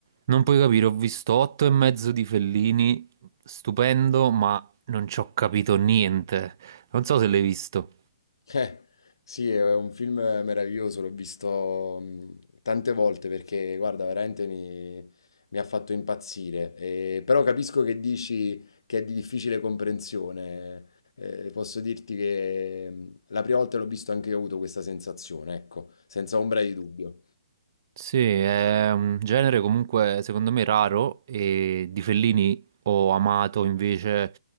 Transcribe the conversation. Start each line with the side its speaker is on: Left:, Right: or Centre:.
Right: Non puoi capire, ho visto otto e mezzo di Fellini, stupendo, ma non ci ho capito niente. Non so se l'hai visto.
Left: Eh, sì, è un film meraviglioso, l'ho visto mh, tante volte perché, guarda, veramente mi, mi ha fatto impazzire. E- però capisco che dici che è di difficile comprensione. Eh, posso dirti che mh, la prima volta l'ho visto anche io ho avuto questa sensazione, ecco, senza ombra di dubbio.
Right: Sì, è un genere comunque secondo me raro e di Fellini ho amato invece